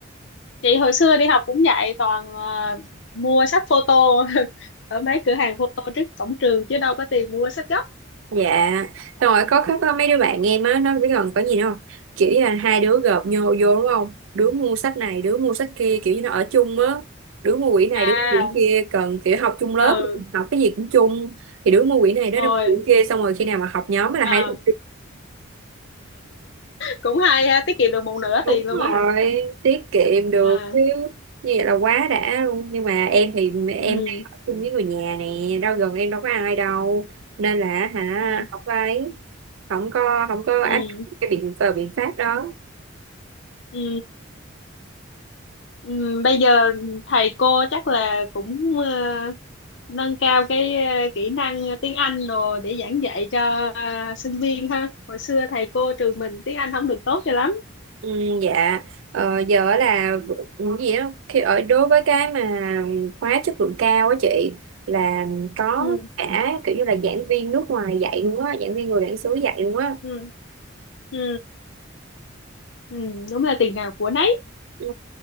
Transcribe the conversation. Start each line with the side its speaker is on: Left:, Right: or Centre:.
Left: chị hồi xưa đi học cũng vậy toàn ờ, mua sách photo <laughs> ở mấy cửa hàng photo trước cổng trường chứ đâu có tiền mua sách gốc
Right: Dạ, xong rồi có, có, có mấy đứa bạn em á, nó biết gần có gì nữa không? Kiểu như là hai đứa gộp nhô vô đúng không? Đứa mua sách này, đứa mua sách kia, kiểu như nó ở chung á. Đứa mua quyển này,
Left: à
Right: đứa mua quyển kia, cần kiểu học chung lớp,
Left: ừ
Right: học cái gì cũng chung. Thì đứa mua quyển này, đứa
Left: rồi
Right: mua quyển kia, xong rồi khi nào mà học nhóm là
Left: à
Right: hai đứa
Left: cũng hay ha tiết kiệm được một nửa
Right: Đúng
Left: tiền luôn
Right: rồi,
Left: á
Right: tiết kiệm được
Left: à
Right: chứ như vậy là quá đã luôn. Nhưng mà em thì
Left: ừ
Right: em đang ở chung với người nhà nè, đâu gần em đâu có ai đâu.
Left: ừ
Right: Nên là hả,
Left: ừ
Right: không có ấy, không có không có
Left: ừ
Right: áp dụng cái biện phờ biện pháp đó.
Left: ừ. ừ. bây giờ thầy cô chắc là cũng ờ, nâng cao cái ờ, kỹ năng tiếng Anh rồi để giảng dạy cho ờ, sinh viên ha hồi xưa thầy cô trường mình tiếng Anh không được tốt cho lắm
Right: Ừ, dạ ờ, giờ là v- ừ, gì đó khi ở đối với cái mà khóa chất lượng cao á chị là có
Left: ừ
Right: cả kiểu như là giảng viên nước ngoài dạy luôn á giảng viên người bản xứ dạy luôn á
Left: ừ ừ ừ, đúng là tiền nào của nấy
Right: Ừ.